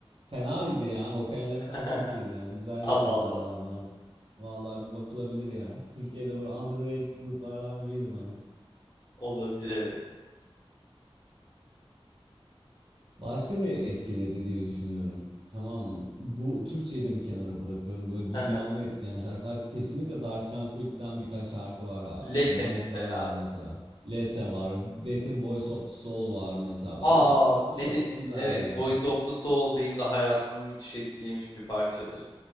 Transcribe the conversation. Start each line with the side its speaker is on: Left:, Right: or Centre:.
Right: Fena idi ya. Vokaller
Left: haha.
Right: falan çok iyiydi yani. Güzel
Left: Allah
Right: yapıyorlardı
Left: Allah.
Right: abi bence. Vallahi bir bakılabilir ya. Türkiye'de böyle underrated gruplardan biriydi bence.
Left: <laughs> Olabilir evet.
Right: Başka ne etkiledi diye düşünüyorum. Tamam, bu Türkçeyi de bir kenara bırakıyorum. Böyle dünyamı
Left: Haha.
Right: etkileyen şarkılar kesinlikle Dark Tranquillity'den birkaç şarkı var abi
Left: Lete
Right: ya. Mind's
Left: mesela
Right: Eye var
Left: abi.
Right: mesela. Lete var. Death'in Voice of the Soul var mesela.
Left: Aa
Right: Bence çok
Left: ne
Right: çok
Left: dedin?
Right: güzel
Left: Evet
Right: ya.
Left: Voice of the Soul benim de hayatımı müthiş etkilemiş bir parçadır.